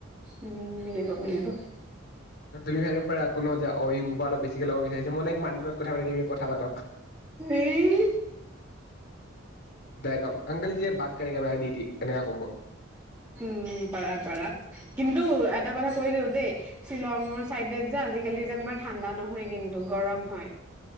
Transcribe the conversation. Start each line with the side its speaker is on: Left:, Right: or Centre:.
Right: উম মিলিব মিলিব
Left: তুমি ভাবিব পাৰা কোনো যে অই মোৰ পৰাবেছিকে ল'ব বিচাৰিছে মই মানডলত কথা পাতি দিমি কথা পাতক
Right: এই
Left: দো কম অংক যে বাট ক কেমেৰা দি দি এনেকুৱ ক
Right: উম পাৰা পাৰা কিন্তু এটা কথা কৈ দিওঁ দেই শ্বিলংৰ চাইডে যে আজিকালি যেনিবা ঠাণ্ডা নহয় কিন্তু গৰম হয়